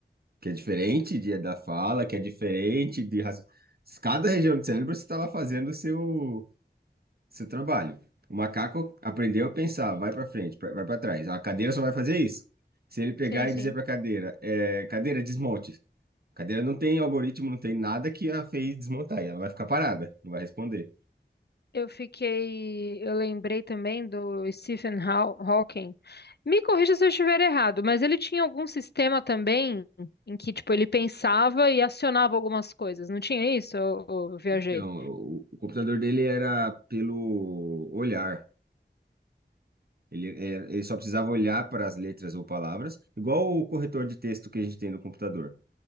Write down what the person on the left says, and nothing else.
Sim, sim.
Eu fiquei, eu lembrei também do Stephen Haw- Hawking. Me corrija se eu estiver errado, mas ele tinha algum sistema também em que, tipo, ele pensava e acionava algumas coisas. Não tinha isso? Eu, eu viajei.